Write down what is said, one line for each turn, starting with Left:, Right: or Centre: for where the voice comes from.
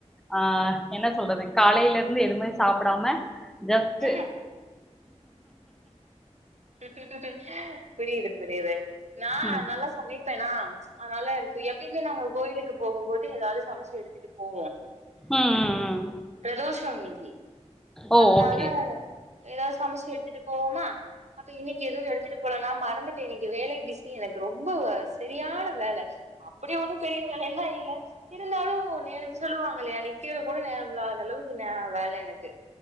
Centre: ஆ என்ன சொல்றது காலையிலெருந்து எதுவுமே சாப் படாம ஜஸ்ட்டு
Right: ம் <unintelligible> புரியுது புரியுது நா
Centre: ம்
Right: நல்லா சமைப் பேனா அதனால இருக்கு எப்பயுமே நாங்க கோயிலுக்கு போகும் போத் தை எதாவ்து சமச்சு எடுத்துட்டு போவோ
Centre: ம் ம் ம்
Right: ப்ரதோஷோ இன்னிக்கி
Centre: ஓ
Right: அத்னால
Centre: ஓகே
Right: எதாவ்து சமச்சு எடுத்துட்டு போவோமா அப்ப இன்னைக் எதுவு எடுத்துட்டு போல நா மறந்துட்டே இன்னைக்கி வேலைக பிசி எனக்கு ரொம்ப செரியான வேல அப்படி ஒண்ணு பெரிய வேலையெல்லா இல் க்ளாஸ் இருந்தாலு நேரம்ன்னு சொல்லுவாங்களே நிக்கிற கூட நேரமில்லாத அளவுக்கு வே வேல எனக்கு